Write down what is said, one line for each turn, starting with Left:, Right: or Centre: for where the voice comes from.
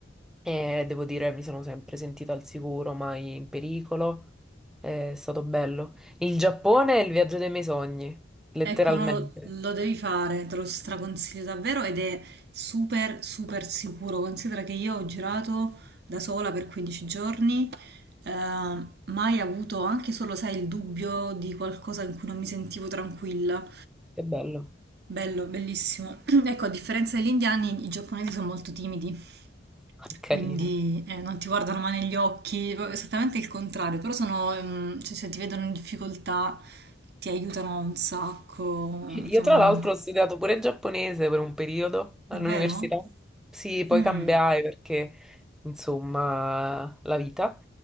Centre: e devo dire mi sono sempre sentita al sicuro, mai in pericolo. È stato bello. Il Giappone è il viaggio dei miei sogni, letteralmente.
Right: Ecco, no, lo lo devi fare, te lo straconsiglio davvero ed è super, super sicuro. Considera che io ho girato da sola per 15 giorni, eh, mai avuto anche solo, sai, il dubbio di qualcosa in cui non mi sentivo tranquilla.
Centre: Che bello,
Right: Bello, bellissimo. <clears throat> Ecco, a differenza degli indiani, i giapponesi sono molto timidi,
Centre: <laughs> carini.
Right: quindi eh, non ti guardano mai negli occhi, proprio esattamente il contrario, però sono, ehm, cioè, se ti vedono in difficoltà ti aiutano un sacco,
Centre: Io
Right: insomma,
Centre: tra l'altro ho studiato pure giapponese per un periodo all'università.
Right: davvero?
Centre: Sì, poi
Right: Mm,
Centre: cambiai perché, insomma, la vita.